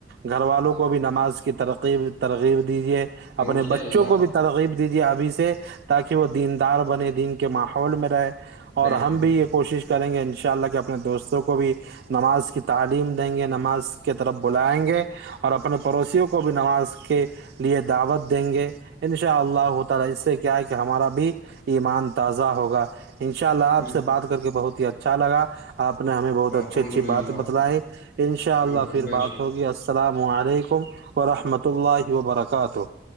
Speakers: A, on the right; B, on the left.
A: گھر والوں کو بھی نماز کی ترکیب ترغیب دیجے اپنے
B: انشاء
A: بچوں
B: اللہ
A: کو بھی ترغیب دیجیے ابھی سے تاکہ وہ دیندار بنے دین کے ماحول میں رہے اور
B: بے
A: ہم
B: شک
A: بھی یہ کوشش کریں گے ان شاء اللہ کہ اپنے دوستوں کو بھی نماز کی تعلیم دیں گے نماز کے طرف بلائیں گے اور اپنے پڑوسیوں کو بھی نماز کے لیے دعوت دیں گے ان شاء اللہ تعالی اس سے کیا ہے کہ ہمارا بھی ایمان تازہ ہوگا ان شاء اللہ
B: بالکل
A: آپ سے بات کر کے بہت ہی اچھا چال گ آپ نے ہمیں بہت اچھی
B: الحمد
A: اچھی
B: للہ
A: بات بتلائی ان شاء
B: بالکل
A: اللہ پھر
B: بے
A: بات
B: شک
A: ہوگی السلام علیکم و رحمۃ اللہ وبرکاتہ کہ تو